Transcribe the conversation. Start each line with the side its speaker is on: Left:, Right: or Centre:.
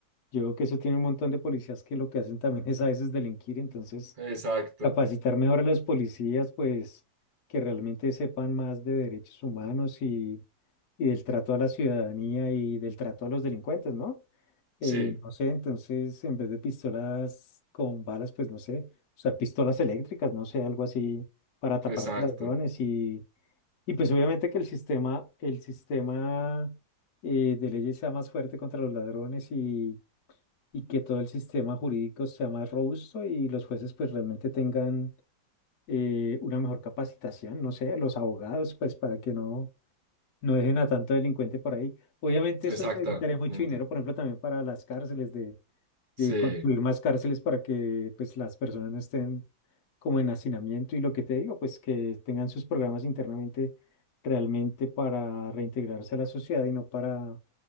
Left: yo creo que eso tiene un montón de policías que lo que hacen también <laughs> es a veces delinquir, entonces
Right: Exacto.
Left: capacitar mejor a los policías, pues que realmente sepan más de derechos humanos y, y del trato a la ciudadanía y del trato a los delincuentes, ¿no? Eh,
Right: Sí,
Left: no sé, entonces en vez de pistolas con balas, pues no sé, usar pistolas eléctricas, no sé, algo así para tapar
Right: exacto,
Left: a los ladrones y, y pues obviamente que el sistema, el sistema eh, de leyes sea más fuerte contra los ladrones y, y que todo el sistema jurídico sea más robusto y los jueces pues realmente tengan eh, una mejor capacitación, no sé, los abogados, pues para que no, no dejen a tanto delincuente por ahí. Obviamente
Right: exactamente.
Left: eso necesitaría mucho dinero, por ejemplo, también para las cárceles, de,
Right: Sí.
Left: de construir más cárceles para que pues las personas no estén como en hacinamiento y lo que te digo, pues que tengan sus programas internamente realmente para reintegrarse a la sociedad y no para